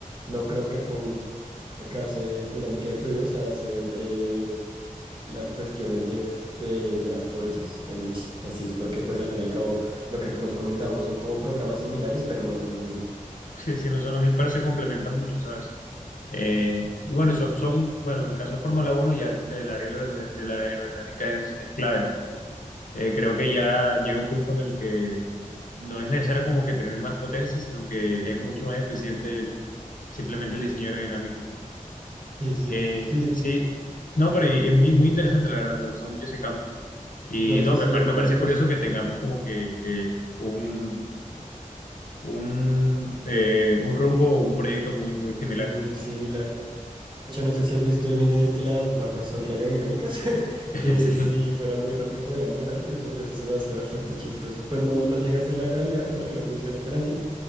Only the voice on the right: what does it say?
no creo que ponga que hacer dinámica de fluidos a hacer... eh, las cuestiones de, f- de, de las fuerzas en el ch- chasis, porque pues al fin y al cabo lo que nos comentamos son como programas similares, pero no son lo mismo.
Sí, sí,
sí,
no sé
si
algunas,
es-
sí, muy similar. De hecho, no sé si has visto el meme de que las vacas son re aerodinámicas, <laughs>
que
si fueran muy rápido podrían volar, eso, eso se me hace bastante chistoso. Pues no, no llega a ser la realidad porque no funciona tan así,